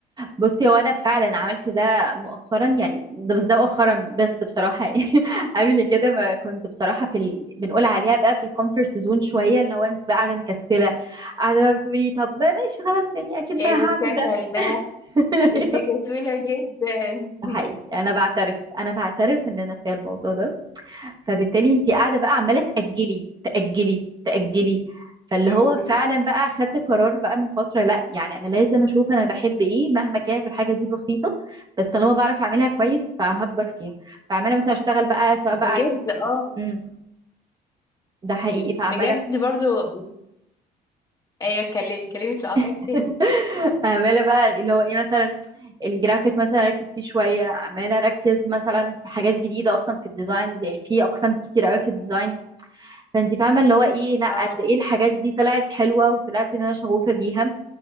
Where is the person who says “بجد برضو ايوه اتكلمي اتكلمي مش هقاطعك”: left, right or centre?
Left